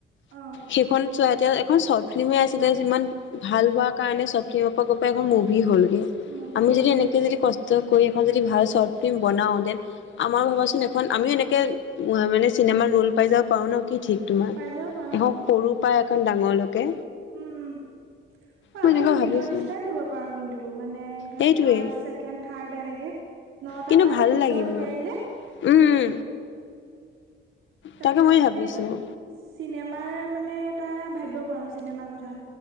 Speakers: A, on the right; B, on the left.
A: অঁ
B: সেইখন চহতে এখন চৰ্ট ফিল্মেই আছিলে যিমান, ভাল হোৱাৰ কাৰণে শৰ্ত ফ্লিমৰ পৰা গৈ পাই এখন মুভি হ'লগৈ।
A: মুভি
B: আমি
A: হ'লগৈ
B: যদি এনেকৈ
A: সেইটোৱে
B: যদি কষ্ট কৰি এখন যদি ভাল শৰ্ট ফিল্ম বনাওঁ দেন- আমাৰ ভাবাচোন এখন আমিও এনেকে মানে চিনেমাৰ ৰোল পাই যাব পাৰো ন কি ঠিক। তোমাৰ,
A: পাই যাব পাৰো
B: এখন
A: অ',
B: সৰু পাই এখন ডাঙৰলৈকে।
A: উম উম। অ
B: মই
A: আমিও
B: এনেকুৱা
A: সিহতৰ
B: ভাবিছো
A: নিচিনাই কৰিব পাৰো কিন্তু মানে এনে
B: সেইটোৱেই
A: ফাৰ্চ- ছেকেণ্ড, থাৰ্ড এনেকে নটা
B: কিন্তু
A: মান
B: ভাল
A: এপিছদ
B: লাগিব
A: উলিয়াই দিলে।
B: উম।
A: তাৰপিছত
B: তাকে মই
A: আমিও
B: ভাবিছো
A: এখন, চিনেমাৰ মানে এটা ভাবিব পাৰো চিনেমাৰ কথা।